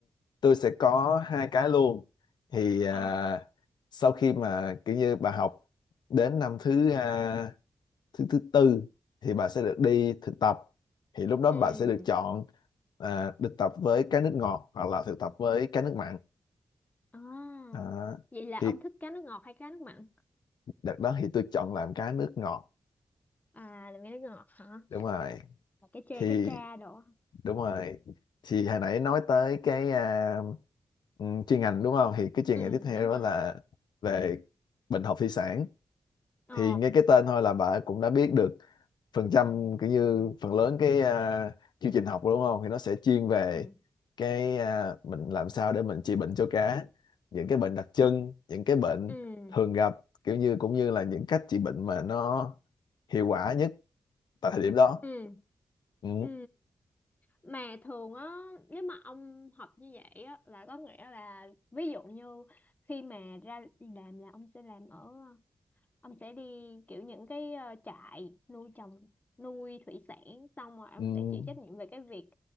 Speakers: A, on the left (about 85°); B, on the left (about 25°).
A: tôi sẽ có hai cái luôn thì à,
B: ờ
A: sau khi mà kiểu như bà học đến năm thứ à, thứ thứ tư thì bà sẽ được đi thực tập thì lúc đó
B: ừ
A: bà sẽ được chọn à, được tập với cái nước ngọt hoặc là thực tập với cái nước mặn
B: à
A: à,
B: vậy là
A: thì
B: ông thích cá nước ngọt hay cá nước mặn
A: đợt đó thì tôi chọn làm cái nước ngọt
B: à là cá nước ngọt hả
A: đúng rồi
B: là cá chê
A: thì
B: cá tra đồ hả?
A: đúng rồi thì hồi nãy nói tới cái à, ừm, chuyên ngành đúng không thì cái chuyên
B: ừ
A: ngành tiếp theo
B: đúng rồi
A: đó là về bệnh học thủy sản
B: ờ
A: thì nghe cái tên thôi là bà cũng đã biết được phần trăm kiểu như phần lớn cái à, chương trình học đúng không thì nó sẽ chuyên về
B: ừ
A: cái à, mình làm sao để mình trị bệnh cho cá những cái bệnh đặc trưng những cái bệnh
B: ừ
A: thường gặp kiểu như cũng như là những cách trị bệnh mà nó hiệu quả nhất tại thời điểm đó
B: ừ
A: ừ,
B: ừ mà thường á nếu mà ông học như vậy á là có nghĩa là ví dụ như khi mà ra đi làm là ông sẽ làm ở ông sẽ đi kiểu những cái ờ, trại nuôi trồng nuôi thủy sản xong rồi ông
A: ừ.
B: sẽ chịu trách nhiệm về cái việc